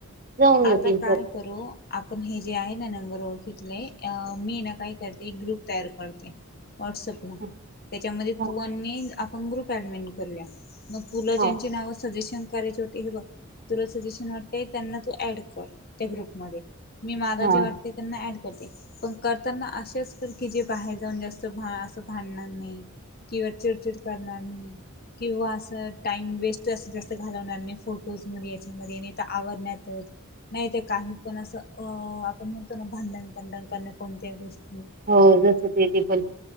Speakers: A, on the right (about 45°); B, on the left (about 50°).
A: जाऊन
B: आता
A: येतील
B: काय करू आपण हे जे आहे ना नंबर ओळखितलेय अ मी ना काय करते एक ग्रुप तयार करते व्हॉट्सअपला
A: हा
B: त्याच्यामध्ये
A: हा
B: तू आणि मी आपण ग्रुप ऍडमिन करूया मग तुला ज्यांची
A: हा
B: नावं सजेशन करायचे होते हे बघ तुला सजेशन वाटतय त्यांना ऍड कर त्या ग्रुप मध्ये मी मला
A: हा.
B: जे वाटते त्यांना ऍड करते पण करताना अशेच कर की जे बाहेर जाऊन जास्त असं भांडणार नाही किंवा चिडचिड करणार नाही किंवा असं टाइम वेस्ट अस जास्त घालवणार नाही फोटोज मध्ये याच्यामध्ये नाय तर आवरण्यात नाही ते काही पण असं अ आपण म्हणतो ना भांडणतांडण करणे कोणत्याही गोष्टी
A: हो जस ते येथ